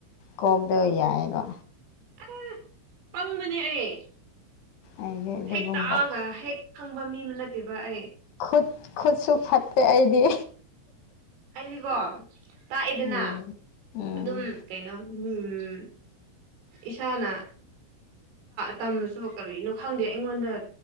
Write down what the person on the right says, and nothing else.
ꯑꯝ ꯄꯪꯕꯅꯦ ꯑꯩ
ꯍꯦꯛ ꯇꯥꯛꯑꯒ ꯍꯦꯛ ꯈꯪꯕ ꯃꯤ ꯑꯃ ꯅꯠꯇꯦꯕ ꯑꯩ
ꯑꯩꯗꯤꯀꯣ ꯇꯥꯛꯑꯦꯗꯅ
ꯑꯗꯨꯝ ꯀꯩꯅꯣ ꯎꯝ ꯏꯁꯥꯅ ꯇꯝꯃꯁꯨ ꯀꯔꯤꯅꯣ ꯈꯪꯗꯦ ꯑꯩꯉꯣꯟꯗ